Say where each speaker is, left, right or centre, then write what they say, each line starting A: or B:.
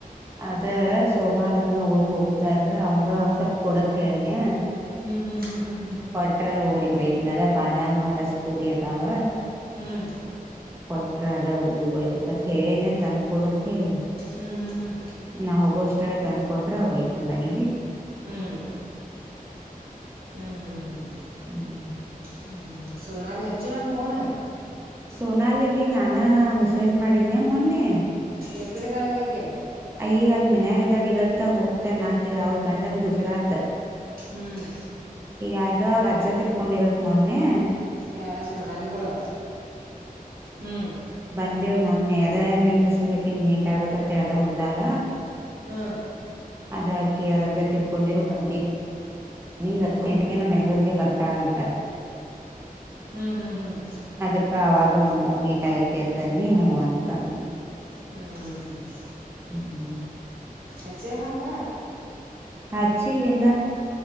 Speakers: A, on the right; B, on the right.
A: ಅದ ಸೋಮವಾರದ ನಾ ಊರಿಗೆ ಹೋಗುದಾರ ಅವಂಗ ಒಂದ ಸ್ವಲ್ಪ ಕೊಡ ಅಂತ ಹೇಳಿನಿ.
B: ಹ್ಮ್ ಹ್ಮ್ ಹ್ಮ್ ಹ್ಮ್.
A: <unintelligible> ಊರಿಗೆ ಹೋಯ್ತನ ಅದ ಬದಾಮ ರಸಪುರಿ ಅದಾವ.
B: ಹ್ಮ್.
A: ಕೊಟ್ರ ಅದ ಊರಿಗ ಹೊಯ್ಬೇಕತ್ ಹೇಳೇನ ತಂದ್ ಕೊಡಂತ ಹೇಳಿ.
B: ಹ್ಮ್ ಹ್ಮ್ ಹ್ಮ್.
A: ನಾ ಹೋಗೋ ಅಷ್ಟಾಗ ತಂದ್ ಕೊಟ್ರ ಒಯ್ತೀನಿ ಮನಿಗಿ.
B: ಹ್ಮ್ ಹ್ಮ್ ಹ್ಮ್ ಹ್ಮ್.
A: ಹ್ಮ್
B: ಹ್ಮ ಸೋನಾಲೀ ಹಚ್ಚಿಲ ಏನ್ ಫೋನ್?
A: ಸೋನಾಲಿಗೆ ನಾನ ಮೆಸೇಜ್ ಮಾಡಿದ್ನೆ ಮೊನ್ನೆ
B: ಎಕಡೆ ಅದಾಳ ಈಗ ಆಕೆ?
A: ಈಗ ಅಲ್ ಮನ್ಯಾಗ ಅದಾಳ್ ಇವತ್ ಹೋಗ್ತೆನ ಅಣ್ಣಾತೀಲ ಅವ್ರ ಗಂಡನ್ ಗುಜರಾತ್.
B: ಹ್ಮ್.
A: ಅದು ಅವರ ಅಜ್ಜ ತಿಳ್ಕೊಂಡಿರೋದು ಮೊನ್ನೆ
B: ಯಾರ ಸೋನಾಲಿ ಗಳು ಹ್ಮ್
A: ಬಂದೇ ಮೊನ್ನೆ ಅದ ನಿನ್ ಮಸಸಕಿನ್ ಮೀಟ್ ಆಗ್ಬೇಕತ್ತ ಅದ ಹೋದಾಗ
B: ಹ್ಮ್
A: ಅವರ ಅಜ್ಜ ತೀರಿಕೊಂಡಿದ್ದರು ಬಂದೀನಿ ನೀ ಇವತ್ತು ಎಂಟಕನ ಬೆಂಗ್ಗಳೂರಿಗೆ ಬರ್ತಾಳಂತೆಂತ
B: ಹ್ಮ್ ಹ್ಮ್ ಹ್ಮ್
A: ಅದಕ್ಕ ಅವಾಗ ಬಂದ ಮೀಟಾಗ ಕೇತನ್ನಿ ಹ ಅಂತಂದು
B: ಹ್ಮ್ ಹ್ಮ್ ಹ್ಮ
A: ಹ್ಮ್ <unintelligible>
B: ಹುಚ್ಚಿ ಏನವ್ವ
A: ಹಚ್ಚಿಲ್ಲನ್ನ